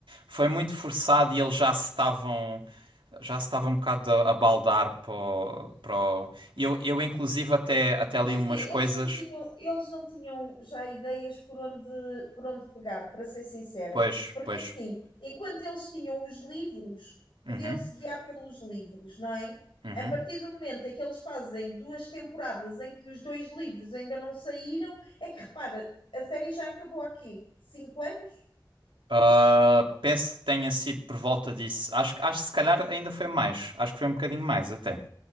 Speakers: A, on the right; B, on the left.
A: Foi muito forçado e eles já se estavam já se estava um bocado a, a baldar para o, para o- Eu, eu inclusive até, até li
B: É assim,
A: umas
B: eles
A: coisas,
B: não tinham, eles não tinham já ideias por onde, por onde pegar, para ser sincera.
A: pois,
B: Porque
A: pois,
B: é assim, enquanto eles tinham os livros, podiam-se
A: uhum,
B: guiar pelos livros, não é?
A: uhum.
B: A partir do momento em que eles fazem duas temporadas em que os dois livros ainda não saíram, é que repara, a série já acabou aqui, cinco anos?
A: Ah, penso que tenha sido por volta disso. Acho, que- acho que se calhar ainda foi mais. Acho que foi um bocadinho mais até.